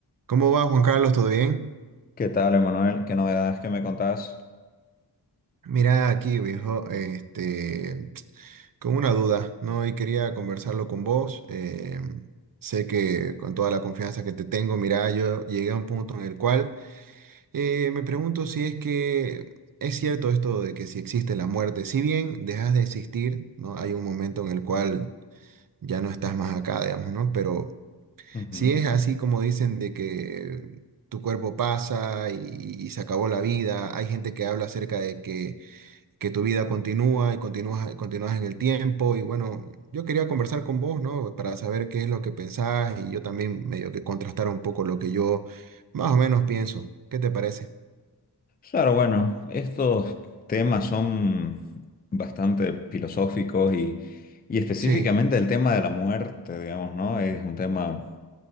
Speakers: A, on the right; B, on the left.
A: ¿Cómo va, Juan Carlos? ¿Todo bien?
B: ¿Qué tal, Emanuel? ¿Qué novedades que me contás?
A: Mira aquí, viejo, este, con una duda, ¿no? Y quería conversarlo con vos. eh, sé que con toda la confianza que te tengo, mira, yo llegué a un punto en el cual eh, me pregunto si es que es cierto esto de que si existe la muerte, si bien dejas de existir, ¿no? Hay un momento en el cual ya no estás más acá, digamos, ¿no? Pero
B: Ujú.
A: Si es así como dicen de que tu cuerpo pasa y, y se acabó la vida, hay gente que habla acerca de que, que tu vida continúa y continúas, continúas en el tiempo y bueno, yo quería conversar con vos, ¿no? Para saber qué es lo que pensás y yo también medio que contrastar un poco lo que yo más o menos pienso. ¿Qué te parece?
B: Claro, bueno, estos temas son bastante filosóficos y, y específicamente
A: Sí,
B: el tema de la muerte, digamos, ¿no? Es un tema